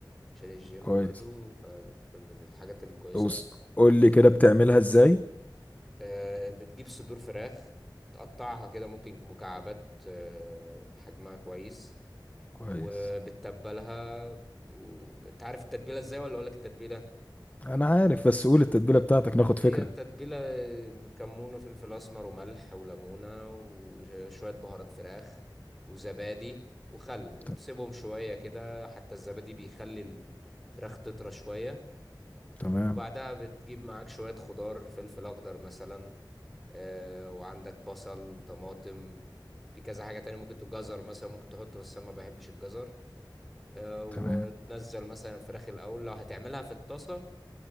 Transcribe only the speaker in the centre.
عشان الجيم
برضو فمن الحاجات الكويسة
أيضا
آه، بتجيب صدور فراخ تقطعها كده ممكن مكعبات آه، حجمها كويس
وبتتبلها وانت عارف التتبيلة ازاي ولا اقولك التتبيلة
هي
تتبيلة آه، كمون وفلفل اسمر وملح وليمونة وشوية بهارات فراخ وزبادي وخل وتسيبهم
شوية كده حتى الزبادي بيخلي الفراخ تطرى شوية
وبعدها بتجيب معاك شوية خضار فلفل أخضر مثلا آه، وعندك بصل طماطم في كذا حاجة تانية ممكن تبقى جزر مثلا ممكن تحطه بس أنا ما بحبش الجزر آه، وتنزل
مثلا الفراخ الأول لو هتعملها في الطاسة